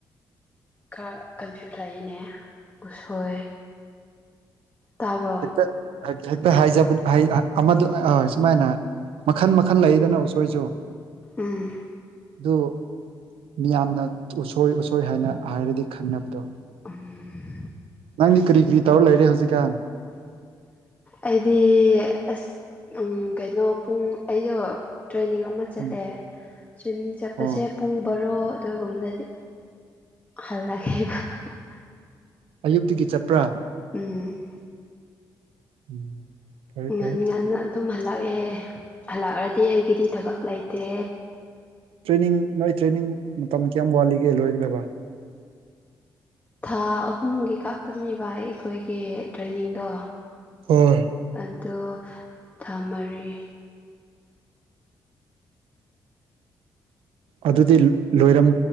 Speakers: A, on the left; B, on the right.
A: ꯈꯔ ꯀꯟꯐ꯭ꯌꯨꯁ ꯂꯩꯌꯦꯅꯦ ꯎꯠꯁꯣꯏ ꯇꯥꯕ꯭ꯔꯣ
B: ꯍꯦ ꯍꯦꯛꯇ ꯍꯥꯏꯖꯕ ꯑꯃꯗ ꯑ ꯁꯨꯃꯥꯏꯅ ꯃꯈꯟ ꯃꯈꯜ ꯂꯩꯗꯅ ꯎꯁꯣꯏꯁꯨ
A: ꯎꯝ
B: ꯑꯗꯨ ꯃꯤꯌꯥꯝꯅ ꯎꯁꯣꯏ ꯎꯁꯣꯏ ꯍꯥꯏꯅ ꯍꯥꯏꯔꯗꯤ ꯈꯪꯅꯕꯗꯣ
A: ꯎꯝ
B: ꯅꯪꯗꯤ ꯀꯔꯤ ꯀꯔꯤ ꯇꯧꯔ ꯂꯩꯔꯦ ꯍꯧꯖꯤꯛꯀꯥꯟ
A: ꯑꯩꯗꯤ ꯑꯁ ꯀꯩꯅꯣ ꯄꯨꯡ ꯑꯩꯗꯣ ꯇ꯭ꯔꯦꯅꯤꯡ ꯑꯃ ꯆꯠꯂꯦ
B: ꯎꯝ
A: ꯇ꯭ꯋꯤꯅꯤꯡ ꯆꯠꯄꯁꯦ
B: ꯑꯣ
A: ꯄꯨꯡ ꯕꯥꯔꯣ ꯑꯗꯨꯋꯥꯏꯒꯨꯝꯕꯗꯗꯤ ꯍꯜꯂꯛꯑꯦꯕ <unintelligible>
B: ꯑꯌꯨꯛꯇꯒꯤ ꯆꯠꯄ꯭ꯔꯥ
A: ꯎꯝ
B: <inaudible>
A: ꯉꯟ
B: ꯐꯩ
A: ꯉꯟꯅ ꯑꯗꯨꯝ ꯍꯜꯂꯛꯑꯦ ꯍꯜꯂꯛꯑꯔꯗꯤ ꯑꯩꯒꯤꯗꯤ ꯊꯕꯛ ꯂꯩꯇꯦ
B: ꯇ꯭ꯔꯦꯅꯤꯡ ꯅꯣꯏ ꯇ꯭ꯔꯦꯅꯤꯡ ꯃꯇꯝ ꯀꯌꯥꯝ ꯋꯥꯠꯂꯤꯒꯦ ꯂꯣꯏꯒꯗꯕ
A: ꯊꯥ ꯑꯍꯨꯝꯒꯤ ꯀꯛꯇꯕꯅꯦꯕ ꯑꯩꯈꯣꯏꯒꯤ ꯇ꯭ꯔꯦꯟꯅꯤꯡꯗꯣ
B: ꯍꯣꯢ
A: ꯑꯗꯣ ꯊꯥ ꯃꯔꯤ
B: ꯑꯗꯨꯗꯤ ꯂꯣꯏꯔꯝ